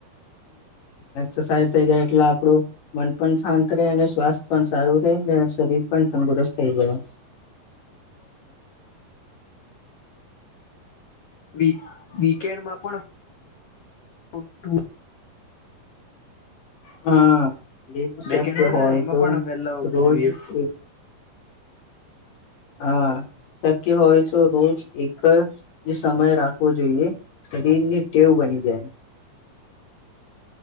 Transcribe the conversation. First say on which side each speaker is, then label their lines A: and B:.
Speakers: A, on the left (about 65°); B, on the left (about 50°).
A: એસરસાઇઝ થઈ જાય એટલે આપડું મન પણ શાંત રહે અને સ્વાસ્થ પણ સારું રહે શરીર પણ તંદુરસ્ત પણ રવો.
B: વ વીકેન્ડમાં પણ રટું
A: હા એમ શ
B: વીકેન્ડ
A: કે
B: હોય
A: હો
B: ને એમાં
A: તો
B: પણ વહેલા ઉઠવું
A: રોજ
B: જોઈએ
A: એક હા. શક્ય હોય તો રોજ એક જે સમય રાખવો જોઈએ શરીર ની ટેવ બની જાય.